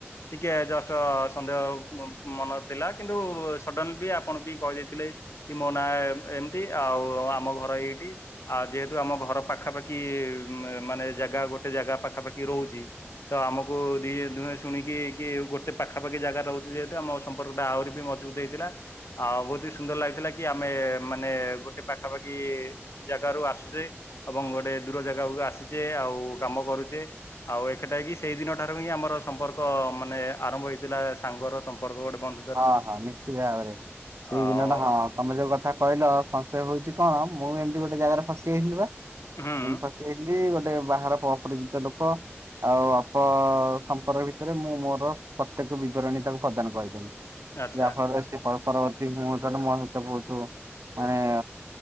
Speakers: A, on the left; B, on the right.
A: ଟିକେ ଜଷ୍ଟ ସନ୍ଦେହ ମନରେ ଥିଲା କିନ୍ତୁ ସଡନ ବି ଆପଣ ବି କହି ଦେଇଥିଲେ। କି ମୋ ନା ଏମତି ଆଉ ଆମ ଘର ଏଇଠି ଆଉ ଯେହେତୁ ଆମ ଘର ପାଖାପାଖି ମାନେ ଜାଗା ଗୋଟେ ଜାଗା ପାଖାପାଖି ରହୁଛି ତ ଆମକୁି ଦିଏ ଦୁହେଁ ଶୁଣିକି କି ଗୋଟେ ପାଖାପାଖି ଜାଗା ରହୁଛି ଯେହେତୁ ଆମ ସମ୍ ମ୍ପର୍କଟା ଆହୁରି ବି ମଜବୁତ ହେଇଥିଲା। ଆଉ ବହୁତ ସୁନ୍ଦର ଲାଗିଥିଲା କି ଆମେ ମାନେ ଗୋଟେ ପାଖାପାଖି ଯାଗାରୁ ଆସୁଛେ ଏବଂ ଗୋଟେ ଦୂର ଯାଗାକୁ ଆସିଛେ ଆଉ କାମ କରୁଛେ। ଆଉ ଏଟା କିି ସେଇ ଦିନ ଠାରୁ ହିଁ ଆମର ସମ୍ପର୍କ ମାନେ ଆରମ୍ଭ ହେଇଥିଲା ସାଙ୍ଗର ସମ୍ପର୍କ ଗୋଟେ ବନ୍ଧୁ
B: ହଁ ହଁ ନିଶ୍ଚିତ ଭାବରେ ସେଇଦିନଟା
A: ଆଉ
B: ହଁ। ତମେ ଯୋଉ କଥା କହିଲ ସଂଶୟ ହଉଛି କଣ ମୁଁ ଏମତି ଗୋଟେ ଜାଗାରେ ଫସିଯାଇଥିଲିବା
A: ହୁଁ
B: ଏମତି ଫସିଯାଇ ଗୋଟେ ବାହାର ଅପରିଚିତ ଲୋକ। ଆଉ ଅଳ୍ପ ସମ୍ପର୍କ ଭିତରେ ମୁଁ ମୋର ପ୍ରତ୍ୟେକ ବିବରଣୀ ତାକୁ ପ୍ରଦାନ କରିଦେଲିି।
A: ଆଚ୍ଛା
B: ଯାହା ଫଳରେ ସେ ପରବତୀ ମୁହୂର୍ତରେ ମୋ ସହିତ ବହୁତ ମାନେ